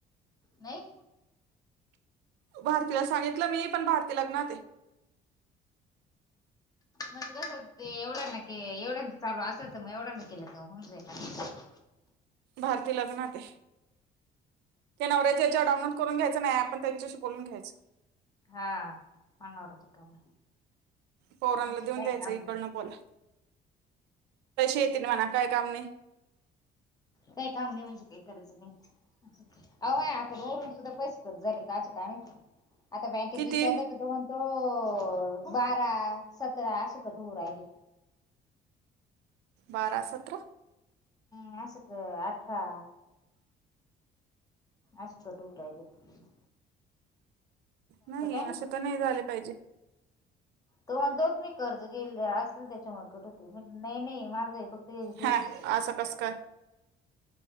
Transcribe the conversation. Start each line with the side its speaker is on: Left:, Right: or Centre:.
Left: नाही.
Right: भारतीला सांगितलं मी पण भारती लग्ते.
Left: मग कसं ते एवढं न के एवढा चालू असेत मग एवढा न केलं तरऊ
Right: भारतीय लग्नात आहे. ते नवर्याजच्या डाउनलड करून घ्यायच नाही आपण त्यांच्याशी बोलून घ्यायचं.
Left: हा मण वर ज काम
Right: पोरांला
Left: म्हणजे
Right: देऊन
Left: काही
Right: द्यायचं
Left: काम
Right: इकडनं
Left: नाही
Right: बोला तसे येतील म्हणा काय कामने
Left: काही काम नाही म्हणजे काही करायचं नाही. अय आकडून उरून सुद्धा पैसे करत झाले काचे काय? आता बँकेत
Right: किती
Left: विचारलं तर दोन तो बारा सतरा अे कटू राहिली.
Right: बारा सतरा
Left: मासक अठरा अशछट उरा आहेे.
Right: नाही
Left: माहिती
Right: असं तर नाही झाले पाहिजे.
Left: तो म्हणतो होत मी कर्ज गेले असेल त्याच्यामुळे कठ होते नाही नाही माझं. प्रवेेश डेपस
Right: हा असं कसं
Left: चाली.
Right: काय